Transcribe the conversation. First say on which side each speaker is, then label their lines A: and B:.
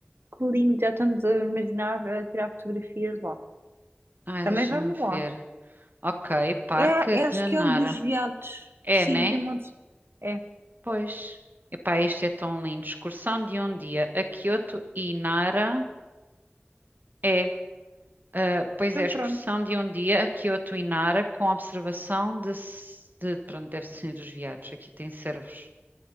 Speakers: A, on the right; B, on the right.
A: que lindo. Já estamos a imaginar a tirar fotografias lá.
B: Ai,
A: Também
B: deixa-me
A: vamos lá.
B: ver. Ok, Parque
A: É,
B: de
A: é, acho que
B: Nara.
A: é o dos veados.
B: É,
A: Sim,
B: né?
A: tem muitos. É,
B: Pois. Epá, isto é tão lindo. Excursão de um dia a Kyoto e Nara. É Uh, pois
A: então
B: é, excursão
A: pronto.
B: de um dia a Kyoto e Nara com observação de, s- de- Pronto, deve ser dos viados. Aqui tem servos.